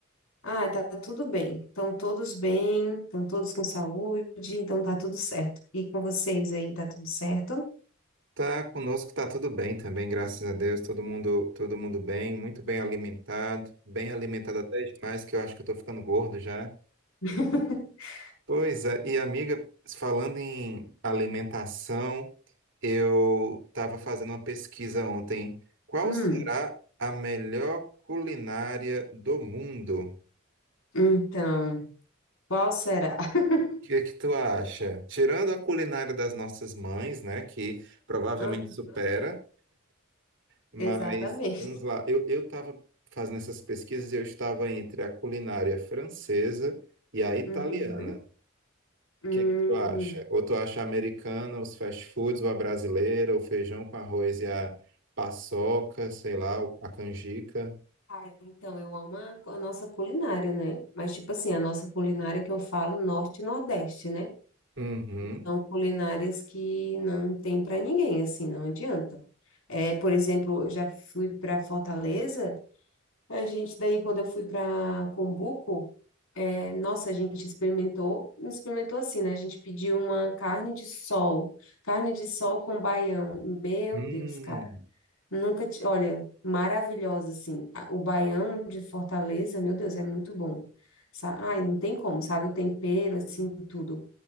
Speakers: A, on the left; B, on the right.
A: Ah, tá tudo bem. Estão todos bem, estão todos com saúde, então tá tudo certo. E com vocês aí, tá tudo certo?
B: Tá conosco, tá tudo bem também, graças a Deus. Todo mundo, todo mundo bem, muito bem alimentado, bem alimentado até demais, que eu acho que eu tô ficando gordo já.
A: <laughs>
B: Pois é, e amiga, falando em alimentação, eu estava fazendo uma pesquisa ontem. Qual
A: Hum,
B: será a melhor culinária do mundo?
A: então, qual será? <laughs>
B: O que é que tu acha? Tirando a culinária das nossas mães, né, que provavelmente
A: Aham,
B: supera, mas
A: Exatamente.
B: vamos lá. Eu eu estava fazendo essas pesquisas, e eu estava entre a culinária francesa e a italiana.
A: Uhum. Hum.
B: O que é que tu acha? Ou tu acha a americana, os fast foods, ou a brasileira, o feijão com arroz e a paçoca, sei lá, a canjica?
A: Ah, então, eu amo a, a nossa culinária, né? Mas, tipo assim, a nossa culinária que eu falo, norte e nordeste, né?
B: Uhum.
A: que são culinárias que não tem para ninguém, assim, não adianta. É, por exemplo, eu já fui para Fortaleza, a gente daí quando eu fui para Cumbuco, é, nossa, a gente experimentou, experimentou assim, né? A gente pediu uma carne de sol, carne de sol com baião. Meu
B: Hum.
A: Deus, Nunca, ti- olha, maravilhosa, assim. A- O baião de Fortaleza, meu Deus, é muito bom. Sa- Ai, não tem como, sabe? O tempero, assim, tudo.